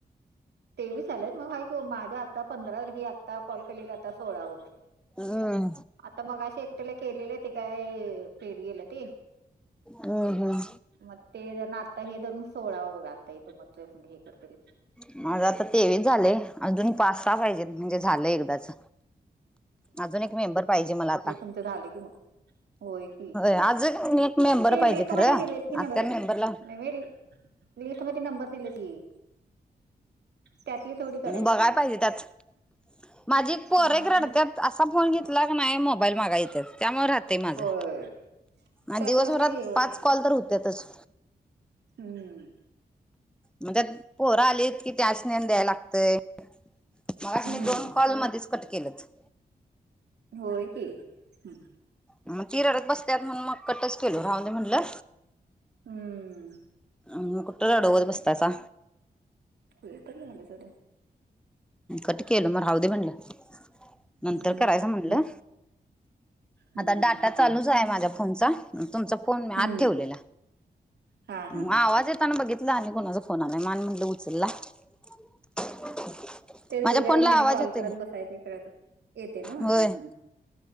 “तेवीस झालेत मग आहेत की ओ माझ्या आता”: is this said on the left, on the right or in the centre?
Right